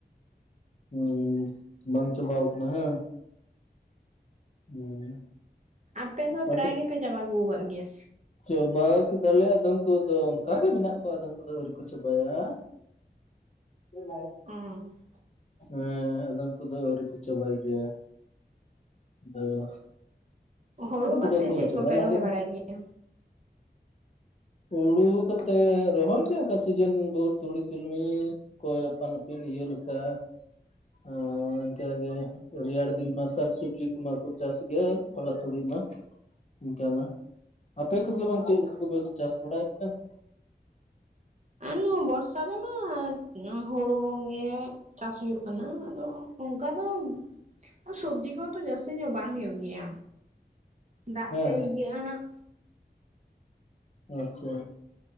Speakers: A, on the left; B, on the right.
A: ᱦᱩᱸᱻ ᱵᱟᱝ ᱪᱟᱵᱟᱣ ᱠᱟᱱᱟ ᱦᱮᱸ? ᱦᱮᱸ,
B: ᱟᱯᱮ ᱫᱚ
A: ᱚᱠᱟ
B: ᱯᱨᱟᱭ
A: ᱠᱚ
B: ᱜᱮᱯᱮ ᱪᱟᱵᱟ ᱟᱹᱜᱩ ᱠᱟᱜ ᱜᱮᱭᱟ?
A: ᱪᱟᱵᱟ ᱠᱮᱫᱟᱞᱮ ᱟᱫᱚᱢ ᱠᱚᱫ ᱚᱱᱠᱟ ᱜᱮ ᱢᱮᱱᱟᱜ ᱠᱚᱣᱟ, ᱟᱫᱚᱢ ᱠᱚᱫ ᱫᱚ ᱟᱹᱣᱨᱤ ᱠᱚ ᱪᱟᱵᱟᱭᱟ ᱾ <unintelligible>
B: ᱚᱻ
A: ᱦᱮᱸᱻ ᱟᱫᱚᱢ ᱠᱚᱫᱚ ᱟᱹᱣᱨᱤ ᱠᱚ ᱪᱟᱵᱟᱭ ᱜᱮᱭᱟ, ᱟᱫᱚ
B: ᱦᱳᱲᱳ
A: ᱚᱠᱚᱭ
B: ᱵᱟᱫᱛᱮ
A: ᱠᱚᱫᱚ ᱠᱚ
B: ᱪᱮᱫ
A: ᱪᱟᱵᱟ
B: ᱠᱚᱯᱮ
A: ᱞᱟᱦᱟ
B: ᱨᱚᱦᱚᱭ
A: ᱠᱮᱫᱟ
B: ᱵᱟᱲᱟᱭ ᱜᱮᱭᱟ?
A: ᱦᱩᱲᱩ ᱦᱩᱭ ᱠᱟᱛᱮ ᱨᱚᱦᱚᱭ ᱠᱮᱭᱟ ᱚᱱᱠᱟ ᱥᱤᱡᱮᱱ ᱡᱳᱨ ᱛᱩᱲᱤ ᱛᱤᱞᱢᱤᱧ, ᱠᱚᱭ ᱟᱯᱟᱱ ᱟᱹᱯᱤᱱ ᱤᱭᱟᱹ ᱞᱮᱠᱟ ᱾ ᱚᱻ ᱚᱝᱠᱟ ᱜᱮ ᱨᱮᱭᱟᱲ ᱫᱤᱱ ᱢᱟ ᱥᱟᱠ ᱥᱚᱵᱡᱤ ᱠᱚᱢᱟ ᱠᱚ ᱪᱟᱥ ᱜᱮ, ᱛᱷᱚᱲ ᱛᱷᱳᱲᱟᱛᱷᱩᱲᱤ ᱢᱟ ᱤᱱᱠᱟ ᱢᱟ, ᱟᱯᱮ ᱠᱚᱜᱮ ᱵᱟᱝ ᱪᱮᱫ ᱞᱮᱠᱟ ᱪᱟᱥ ᱵᱟᱲᱟᱭᱮᱫ ᱠᱟᱱ?
B: ᱱᱚᱭᱟ ᱵᱚᱨᱥᱟ ᱨᱮᱢᱟ ᱦᱳᱲᱳ ᱜᱮ, ᱪᱟᱥ ᱦᱳᱭᱳᱜ ᱠᱟᱱᱟ, ᱟᱫᱚ ᱚᱱᱠᱟ ᱫᱚ ᱟᱨ ᱥᱚᱵᱽᱡᱤ ᱠᱚᱦᱚᱸ ᱛᱚ ᱡᱟᱹᱥᱛᱤ ᱧᱚᱜ ᱵᱟᱝ ᱦᱩᱭᱩᱜ ᱜᱮᱭᱟ, ᱫᱟᱜ
A: ᱦᱮᱸ
B: ᱛᱮ ᱤᱭᱟᱹᱜᱼᱟ ᱦᱟᱸᱜ ᱾
A: ᱟᱪᱪᱷᱟ,